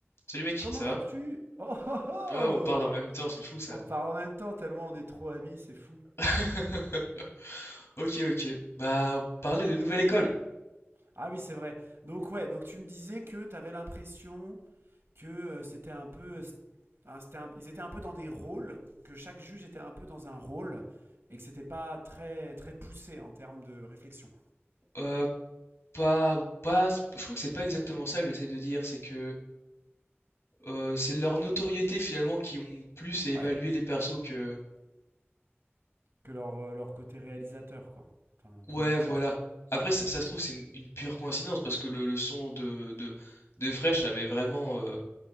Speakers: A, on the left (about 80°); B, on the right (about 65°).
A: Salut mec,
B: Comment
A: ça va?
B: vas-tu? Oh oh oh!
A: Ah, on parle en même temps, c'est fou ça.
B: On parle en même temps tellement on est trop amis, c'est fou.
A: <laughs> Ok, ok. Bah, parler de nouvelle école.
B: Ah oui, c'est vrai. Donc ouais, donc tu me disais que t'avais l'impression que euh, c'était un peu, euh, st- un- c'était un- ils étaient un peu dans des rôles, que chaque juge était un peu dans un rôle et que c'était pas très très poussé en termes de réflexion.
A: Euh, pas, pas, je crois que c'est pas exactement ça que j'essaie de dire, c'est que euh, c'est leur notoriété finalement qui ont plus à évaluer
B: Ouais.
A: les persos que.
B: Que leur euh, leur côté réalisateur quoi, enfin
A: Ouais,
B: producteur.
A: voilà. Après, ça, ça se trouve, c'est une, une pure coïncidence parce que le, le son de, de, de Fresh avait vraiment, euh,